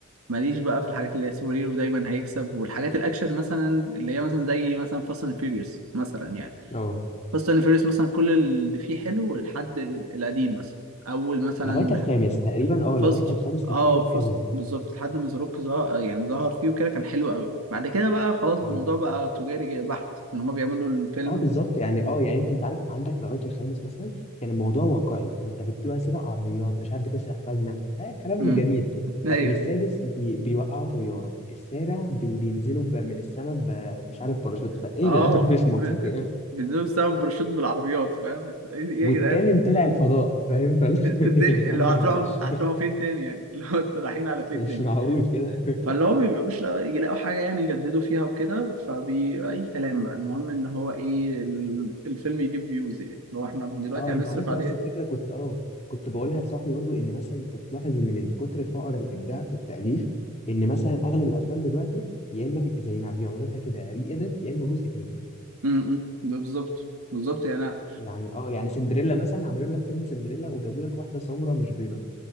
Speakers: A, on the right; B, on the left.
A: ماليش بقى في الحاجات اللي هي سوبر هيرو دايما هيكسب والحاجات الاكشن مثلا اللي هي مثلا زي مثلا فاست اند فيوريوس مثلا يعني
B: اه
A: فاست اند فيوريوس مثلا كل اللي فيه حلو لحد ال- القديم مثلا اول مثلا
B: لغايه الخامس تقريبا اه
A: فاست
B: لغايه الخامس كان
A: اه
B: حلو
A: فاست
B: قوي
A: بالظبط لحد ما زاروك ظهر يعني ظهر فيه وكده كان حلو قوي بعد كده بقى خلاص الموضوع
B: اه
A: بقى تجاري بحت ان هما بيعملوا الفيلم
B: اه بالظبط يعني اه يعني انت انت عارف عندك لغايه الخامس مثلا كان الموضوع واقعي انت بتبقى سابق عربيات مش عارف بتسرق خزنه ده كلام
A: امم
B: جميل
A: ايبنوا
B: لكن السادس بي بيوقعوا طياره السابع بي بينزلوا ب- من السماء ب- مش عارف باراشوت
A: <laughs>
B: فايه
A: اه
B: يا جدعان
A: ب-
B: <laughs> مش منطقي يعني
A: بيدوسوا بسبب باراشوت بالعربيات فاهم انت ايه إيه
B: والثامن
A: يا جدعان
B: طلع الفضاء فاهم فال... <laughs>
A: الدنيا
B: يا جدعان
A: اللي هتروحوا
B: بقى معلش
A: هتروحوا فين تاني يعني <laughs> اللي هو انتوا رايحين
B: <laughs>
A: على فين
B: مش
A: تاني
B: معقول كده
A: فاللي هو بيبقوش لا- يلاقوا حاجة يعني يجددوا فيها وكده فبي أي كلام بقى المهم إن هو إيه ال- الفيلم يجيب فيوز يعني لو إحنا دلوقتي
B: اه
A: هنصرف
B: انت عارف
A: عليه
B: نفس الفكره كنت اه كنت بقولها لصاحبي برضو ان مثلا انت تلاحظ ان من كتر فقر الابداع في التاليف ان مثلا اغلب الافلام دلوقتي يا اما بي... زي ما بيعملوا لها كده ري اديت يا اما جزء تاني
A: م- م. بالظبط بالظبط يعني أنا
B: آه، يعني اه يعني سندريلا مثلا عملوا لك فيلم سندريلا وجابوا لك واحده سمراء مش بيضه